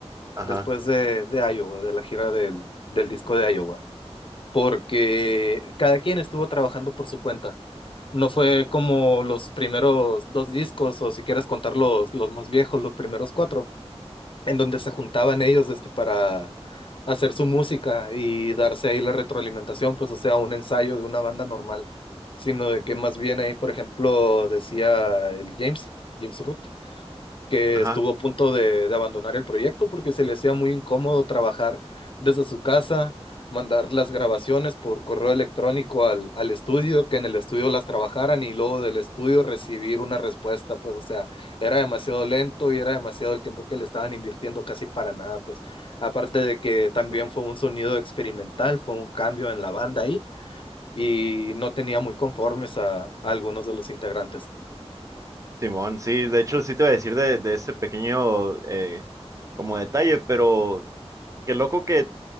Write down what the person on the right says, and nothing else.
ajá,
ajá.
sí.
Simón, sí, de hecho sí te iba a decir de, de ese pequeño eh, como detalle, pero qué loco que